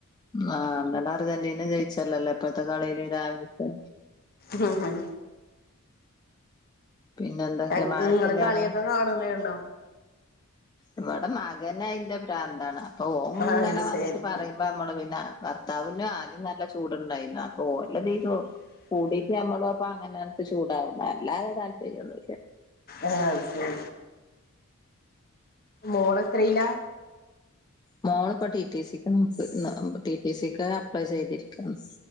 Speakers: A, on the left; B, on the left.
A: ആഹ് ഇന്നലെ അർജന്റീന ജയിച്ചല്ലല്ലോ ഇപ്പഴത്തെ കളീല് രാവിൽതെ
B: ഹും ഹും
A: പിന്നെ എന്തൊക്കെ
B: എ
A: മഴക്കില്ലേ
B: നിങ്ങള് കളിയൊക്കെ
A: അവിടെ
B: കാണല്ണ്ടോ
A: ഇവിടെ മകനയിന്റെ പ്രാന്താണ് അപ്പൊ ഓങ്ങനെ
B: അത്
A: വന്നിട്ട്
B: ശരി
A: പറയുമ്പോ അമ്മള് പിന്നെ ഭർത്താവുന്ന് ആദ്യം നല്ല ഇഷ്ടാ ചൂടുണ്ടായിന്ന് അപ്പൊലതീ <unintelligible> കൂടീട്ട് നമ്മളു അപ്പൊ അങ്ങനെത്ത ചൂടായൊണ്ട ല്ലാതെ താല്പര്യൊന്നൂല്ല
B: ആഹ് അത്ശെരി മോളെത്രീല
A: മോളിപ്പ ടി ടി സിക്ക് നോക്ക് ന്ന് ടിടി സിക്ക് അപ്ലൈ ചെയ്തിരിക്കാണ്